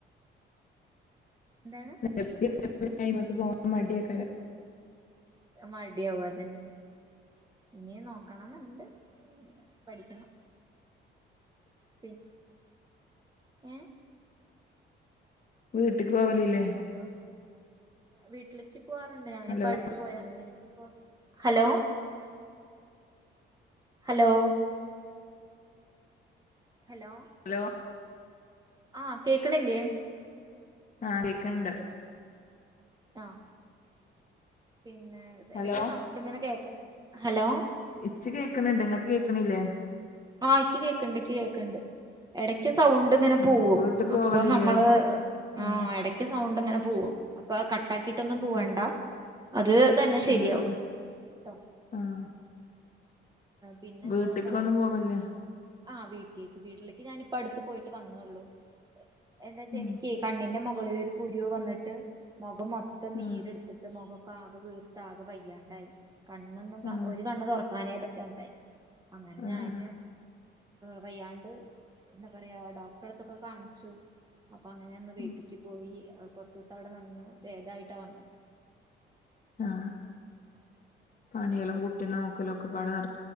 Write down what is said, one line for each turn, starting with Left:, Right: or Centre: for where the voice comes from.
Right: എന്താണ്
Left: <unintelligible> <unintelligible> അയ്മക്ക് പോവാൻ മടിയേക്കാരം
Right: മടിയാവും അതന്നെ. ഇനി നോക്കണം ന്നുണ്ട് പഠിക്കണം. പിൻ ഏഹ്?
Left: വീ ട്ട്ക്ക് പോവലില്ലേ?
Right: ഹലോ വീട്ടിലേക്ക് പോവാറുണ്ട് ഞാനിപ്പ
Left: ഹലോ
Right: അടുത്ത് പോയാ എനിക്കിപ്പോ ഹലോ ഹലോ ഹലോ
Left: ഹലോ
Right: ആഹ് കേ ക്ക്ണ്ല്ലേം
Left: ആഹ് കേ ക്ക്ണ്ട്
Right: ആഹ് പിന്നെ
Left: ഹലോ
Right: ഇടക്ക് സൗണ്ട് ഇങ്ങനെ കേ ഹലോ
Left: ഇച്ച് കേക്ക്ണണ്ട്ഇങ്ങക്ക് കേക്കണില്ലേ
Right: ആഹ ഇക്ക് കേക്കണ്ട് കേക്ക്ണ്ട് ഇടക്ക് സൗണ്ട് ഇങ്ങനെ
Left: ഉം
Right: പോവും
Left: വീട്ട്
Right: അപ്പൊ
Left: പോവലില്ലേ
Right: നമ്മള് ആ
Left: ആഹ്
Right: ഇടക്ക് സൗണ്ട് ഇങ്ങനെ പോവും അപ്പോ ക ട്ടാക്കിയിട്ടൊന്നും പോവണ്ട
Left: ആഹ്
Right: അത് തന്നെ ശരിയാവും
Left: ആഹ് ആഹ്
Right: ട്ടോ
Left: ആഹ്
Right: പിന്നെന്തോ
Left: വീട്ട്ക്കൊന്നും
Right: പറയണം
Left: പോവല്ലേ
Right: ആ വീട്ടിലേക്ക് വീട്ടിലേക്ക് ഞാനിപ്പ അടുത്ത് പോയിട്ട് വന്നുള്ളു എന്താച്ചാ
Left: ഉം
Right: എനിക്കെ കണ്ണിന്റെ മുഖ കളില് ഒരു കുരു വന്നിട്ട് മുഖം മൊ ത്തം നീരെടുത്തിട്ട്
Left: ആഹ്
Right: മുഖ പ്പാകെ വീർത്ത് ആകെ വയ്യാണ്ടായി കണ്ണൊന്നും കാ
Left: ആഹ്
Right: ഒരു കണ്ണ് തുറക്ക ക്കാനെ പറ്റാണ്ടായി അങ്ങനെ
Left: ആഹ്
Right: ഞാന്
Left: ആഹ്
Right: വയ്യാണ്ട് എന്താ പറയാ ഡോക്ടറെടുത്തൊക്കെ കാണിച്ചു അപ്പൊ അങ്ങനെ ന്ന് വീട്ടിക്ക്
Left: ഉം
Right: പോയി കൊറച്ച്സം അവിടെ നിന്ന് ഭേദായിട്ടാ വന്നത്
Left: ആ പണികളും കുട്ടീനെ നോക്കലും ഒക്കപ്പാടെ നട്